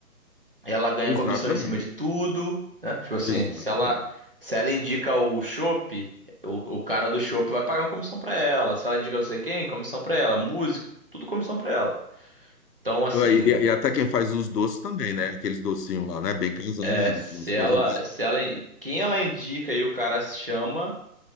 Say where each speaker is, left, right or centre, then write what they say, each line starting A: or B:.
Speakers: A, on the right; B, on the left.
A: ela ganha
B: Exatamente.
A: comissão em cima de tudo, né? Tipo assim,
B: Exatamente.
A: se ela, se ela indica o chopp, o, o cara do chopp vai pagar uma comissão pra ela. Se ela indica não sei quem, comissão pra ela. Música, tudo comissão pra ela. Então, assim,
B: Pô, aí, E, e até quem faz os doces também, né? Aqueles docinhos lá, né? Bem casado,
A: é, se
B: umas coisas
A: ela,
B: lá.
A: se ela, quem ela indica e o cara se chama.